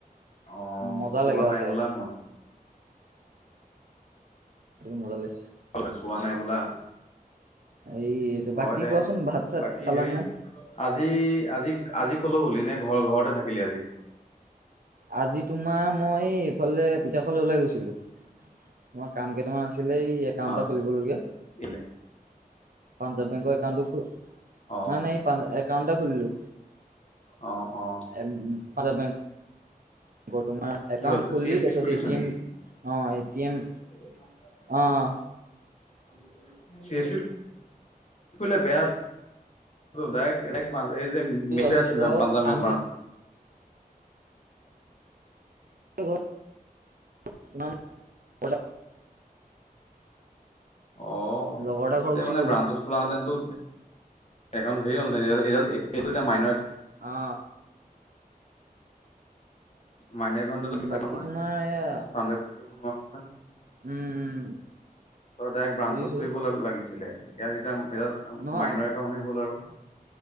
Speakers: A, on the left; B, on the right.
A: অ
B: মজা
A: চোৱা
B: লাগে আৰু
A: নাই
B: চাই।
A: বোলা মই
B: মজা লাগিছে।
A: <unintelligible> চোৱা নাই বোলা।
B: এই
A: হয়
B: বাকী
A: দে
B: কোৱাচোন ভাত-চাত
A: বাকী
B: খালা
A: হেৰি
B: নে নাই?
A: আজি আজি আজি ক'লৈ গলি? নে ঘৰৰ ঘৰতে থাকিলি আজি?
B: আজি তোমাৰ মই এইফালে পিঠা খাবলে ওলাই গৈছিলো। তোমাৰ কাম কেইটামান আছিলে এই একাউণ্ট
A: অ
B: এটা খুলিবলগীয়া।
A: কেলে
B: পাঞ্জাৱ বেংকৰ একাউণ্টটো খো
A: অ
B: মানে পাঞ্জাৱ একাউণ্ট এটা খুলিলো।
A: অ, অ।
B: এপ পাঞ্জাৱ বেংক আকৌ তোমাৰ
A: কিহত
B: একাউণ্ট খুলি
A: চি এছ
B: তাৰপিছত
A: পিত খুলিছ
B: এ টি
A: নেকি
B: এম অ এ টি এম
A: চি
B: অ',
A: এছ পিৰ কৰিলে বেয়া <unintelligible> পাঞ্জাব বেংক
B: আহিছো
A: <unintelligible>
B: আৰু আহোতে <unintelligible>
A: অ
B: লগৰ এটা ঘৰ
A: তে
B: গুচি
A: মানে
B: গ'লো
A: ব্ৰাঞ্চত খোলাহেঁতেনটো একাউণ্ট ধেই হ'লহেঁতেন। <unintelligible> এইটো এতিয়া মাইন
B: অ।
A: মাইনৰ একাউণ্টটোতো
B: উম, বাকী
A: <unintelligible> নহয় <unintelligible>
B: তোমাৰ এয়া
A: <unintelligible>
B: উম,
A: তই ডাইৰেক্ট ব্ৰাঞ্চত
B: বুজিছো
A: খুলিব লা লাগিছিলে। ইয়াত এতিয়া এইডাল
B: নহয়
A: মাইনৰ একাউণ্টহে হ'ল আৰু।